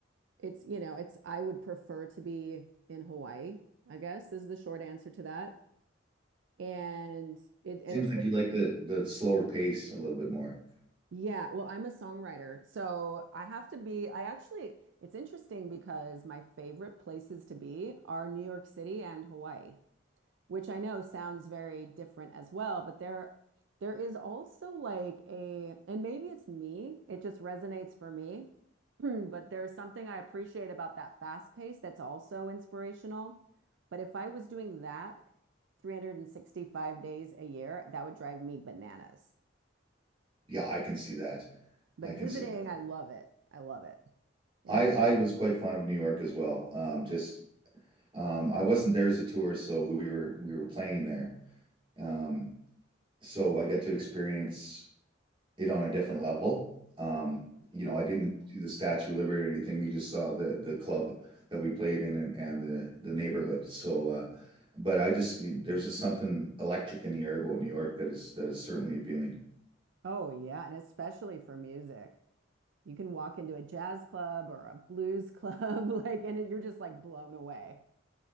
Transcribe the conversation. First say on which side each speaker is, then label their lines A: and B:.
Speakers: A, on the right; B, on the right.
A: it's, you know, it's, I would prefer to be in Hawaii, I guess is the short answer to that. And it, and
B: Seems
A: it's,
B: like
A: ve-
B: you like the the slower pace a little bit more.
A: yeah, well, I'm a songwriter. So I have to be, I actually, it's interesting because my favorite places to be are New York City and Hawaii. which I know sounds very different as well, but there there is also like a, and maybe it's me, it just resonates for me, <clears throat> but there's something I appreciate about that fast pace that's also inspirational. But if I was doing that 365 days a year, that would drive me bananas.
B: Yeah, I can see that.
A: But
B: I
A: visiting,
B: can see that.
A: I love it. I love it. And
B: I
A: the,
B: I was quite fond of New York as well. Um, just um, I wasn't there as a tourist, so we were we were playing there. Um, so I got to experience it on a different level. Um, you
A: you
B: know,
A: were,
B: I didn't do the Statue of Liberty or anything. We just saw the the club that we played in and, and the the neighborhood. So, uh, but I just there's just something electric in the air about New York that is that is certainly appealing.
A: oh yeah, and especially for music. you can walk into a jazz club or a blues club, <laughs> like, and it, you're just like blown away.